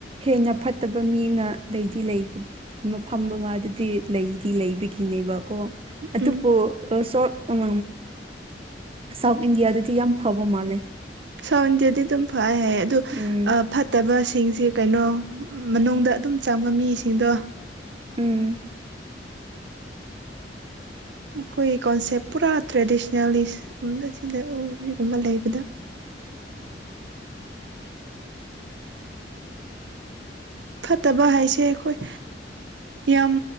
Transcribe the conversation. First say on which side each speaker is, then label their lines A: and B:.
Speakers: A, on the right; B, on the right.
A: ꯍꯦꯟꯅ ꯐꯠꯇꯕ ꯃꯤꯅ ꯂꯩꯗꯤ ꯂꯩꯕꯟ ꯃꯐꯝ ꯃꯉꯥ ꯗꯨꯗꯤ ꯂꯩꯗꯤ ꯂꯩꯕꯒꯤꯅꯦꯕꯀꯣ ꯑꯗꯨꯕꯨ
B: ꯎꯝ
A: ꯑꯁꯣꯠ ꯎꯝ ꯁꯥꯎꯠ ꯏꯟꯗꯤꯌꯥꯗꯗꯤ ꯌꯥꯝ ꯐꯕ ꯃꯥꯜꯂꯦ
B: ꯁꯣꯟꯗꯦꯗꯤꯗꯨꯝ ꯐꯩꯏ ꯍꯥꯏꯌꯦ ꯑꯗꯨ
A: ꯎꯝ
B: ꯑꯞ ꯐꯠꯇꯕꯁꯤꯡꯁꯦ ꯀꯩꯅꯣ ꯃꯅꯨꯡꯗ ꯑꯗꯨꯝ ꯆꯪꯕ ꯃꯤꯁꯤꯡꯗꯣ
A: ꯎꯝ
B: ꯑꯩꯈꯣꯏꯒꯤ ꯀꯣꯟꯁꯦꯞ ꯄꯨꯔꯥ ꯇ꯭ꯔꯦꯗꯤꯁꯅꯦꯜꯂꯤꯁ <unintelligible> ꯁꯤꯒꯨꯝꯕ ꯂꯩꯕꯗ ꯐꯠꯇꯕ ꯍꯥꯏꯁꯦ ꯑꯩꯈꯣꯏ ꯌꯥꯝ